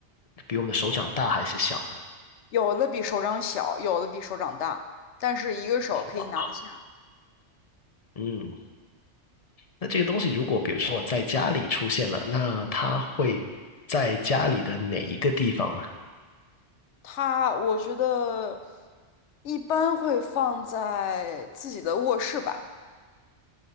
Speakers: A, on the left; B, on the left.
A: 比我们的手掌大还是小的，
B: 有的比手掌小，有的比手掌大，但是一个手可以拿得起。
A: 对吧？嗯，那这个东西如果比如说我在家里出现了，那它会在家里的哪一个地方呢？
B: 它，我觉得一般会放在自己的卧室吧。